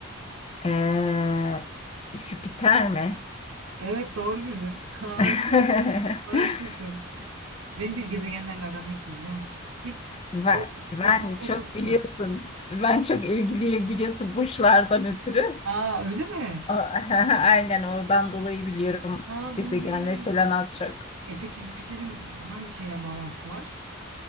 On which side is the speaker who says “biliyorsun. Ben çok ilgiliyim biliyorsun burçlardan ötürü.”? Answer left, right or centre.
Left